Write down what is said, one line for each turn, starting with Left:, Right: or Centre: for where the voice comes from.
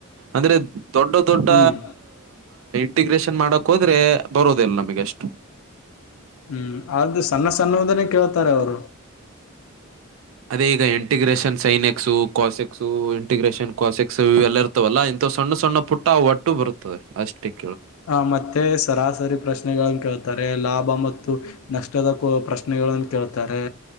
Right: ಅಂದ್ರೆ ದೊಡ್ಡ ದೊಡ್ಡ
Left: ಹ್ಮ್
Right: ಇಂಟಿಗ್ರೇಷನ್ ಮಾಡಕ್ ಹೋದ್ರೆ ಬರೋದಿಲ್ಲ ನಮಗೆ ಅಷ್ಟೇ
Left: ಹ್ಮ್ ಆದ ಸಣ್ಣ ಸಣ್ಣದನೇ ಕೇಳ್ತಾರೆ ಅವರು
Right: ಅದೇ ಈಗ integration sine x cos x integration cos x ಇವೆಲ್ಲ ಇರ್ತವಲ್ಲ ಇಂತಥ ಸ್ಣ್ ಸಣ್ಣ ಸಣ್ಣ ಪುಟ್ಟ ಒಟ್ಟು ಬರುತ್ತದೆ ಅಷ್ಟಕ್ಕೆ.
Left: ಹ ಮತ್ತೆ. ಸರಾಸರಿ ಪ್ರಶ್ನೆಗಳನ್ನು ಕೇಳ್ತಾರೆ ಲಾಭ ಮತ್ತು ನಷ್ಟದ ಪ್ರಶ್ನೆಗಳನ್ನು ಕೇಳ್ತಾರೆ.